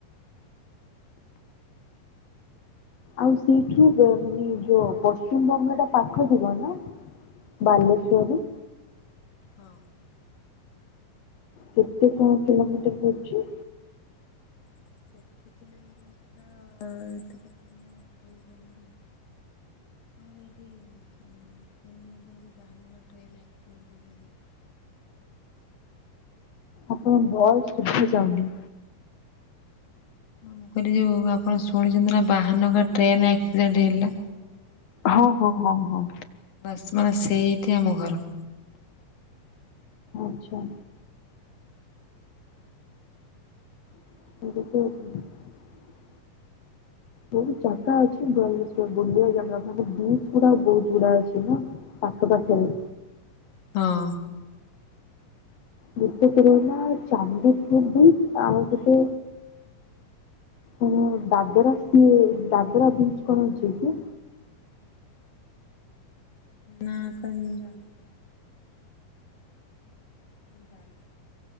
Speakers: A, on the left (about 55°); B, on the left (about 75°).
A: ଆଉ ସେଇଠୁ ମାନେ ଯୋଉ ପଶ୍ଚିମବଙ୍ଗ ଟା ପାଖ ଥିବ ନା ବାଲେଶ୍ଵରରୁ
B: ହଁ।
A: କେତେ କଣ କିଲୋମିଟର ପଡୁଚି
B: <unintelligible> ସେତ କେତେ <unintelligible> <unintelligible> ଆମର ଏଇଠି ହୁଁ <unintelligible> ବାହାନବା ଟ୍ରେନ ଆକ୍ସିଡେଣ୍ଟ ହେ
A: ଆପଣଙ୍କ ଭଏସ୍ ଶୁଭା ଯାଉନି
B: ମୁଁ କହିଲି ଯୋଉ ଆପଣ ଶୁଣିଚନ୍ତି ନା ବାହାନଗା ଟ୍ରେନ ଆକ୍ସିଡେଣ୍ଟ ହେଲା
A: ହଁ ହଁ ହଁ ହଁ।
B: ବାସ୍ ମାନେ ସେଇଠି ଆମ ଘର
A: ଆଛା। <unintelligible> ବହୁତ ଜାଗା ଅଛି ବାଲେଶ୍ଵର ବୁଲବା ଜାଗା ମାନେ ବିଚ୍ ଗୁଡା ବହୁତ ଗୁଡା ଅଛି ନୁହଁ ଆଖ ପାଖିରେ
B: ହଁ।
A: ଗୋଟେ <unintelligible> ଚାନ୍ଦିପୁର୍ ବିଚ୍ ଆଉ ଗୋଟ ହଁ ବାଦର ସିଏ ବାଦେରା ବିଚ୍ କଣ ଅଛି କି?
B: ନା କାଇ ମୁଁ ଜାଣିନି ମୁଁ ଜାଣିନି